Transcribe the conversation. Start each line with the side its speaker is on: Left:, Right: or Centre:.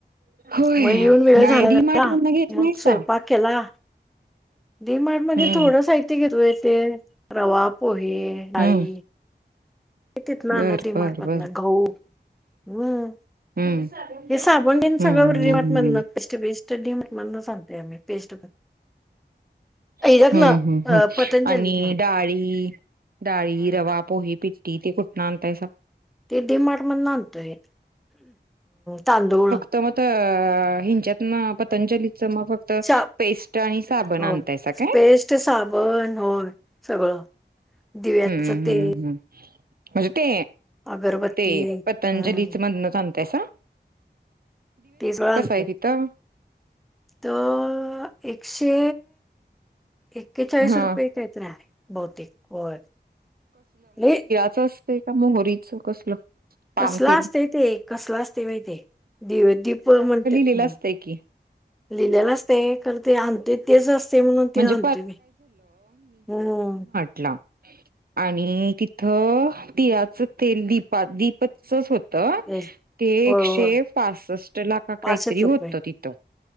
Right: होय
Centre: मग येऊन वेळ झाला
Right: नाय डी
Centre: ना
Right: मार्ट म्हण घेत
Centre: मग
Right: नाही सां
Centre: केला डी मार्ट मध्ये
Right: हम्म
Centre: थोडं साहित्य घेतो य ते रवा पोहे
Right: हम्म
Centre: ळी कितीच ना
Right: बर
Centre: न त
Right: बर
Centre: मार्फत
Right: बर
Centre: ना घऊ हम्म
Right: हम्म
Centre: हे साबण
Right: हम्म
Centre: सगळंवरिमात
Right: हम्म
Centre: म्हण बेस् बेस्ट स्टडिम मणून सांगते आ मी पेस्ट
Right: हम्म
Centre: ह्याच्यातनं
Right: हम्म
Centre: अ
Right: हम्
Centre: पतंजलीतनं
Right: आणि डाळी डाळी रवा पोहे प टी ते कुटनाय स
Centre: ते डी मार्ट मदना आणतोय तांदूळ
Right: तर मगत हिंच्यात ना पतंजलीच मग फ तर
Centre: सा
Right: पेस्ट आणि साबण
Centre: हो
Right: आणताय स काय
Centre: पेस्ट साबण होय सगळं दिव्याचं
Right: हम्मम
Centre: तेल
Right: हम्मम् हम् म्हणजे ते
Centre: अगरबत्ती
Right: ते पतंजलीच
Centre: हम्म
Right: मधन तायस
Centre: ते वळां
Right: आहे तिथं
Centre: तर एकशे एकेचाळीस
Right: हा
Centre: रुपये काहीत रे बहतेिक व हे
Right: असत का मोहरीच कसलं पाम
Centre: कसला
Right: तेल
Centre: असते ते कसला असते माहि ते दि दीप म्हणते
Right: तलास्त
Centre: हं.
Right: क
Centre: लिहिलेलं असते करते आण ते तेच असते म्हणून
Right: म्हणजे
Centre: ते आणत मी हम्
Right: टला आणि तिथ तिळाच तेल दीप दीपचच होत
Centre: तेच
Right: ते
Centre: होय
Right: एकशे
Centre: होय
Right: पासष्ट लाख
Centre: पासष्ट
Right: काहीतरी
Centre: रुपये
Right: होतं तिथं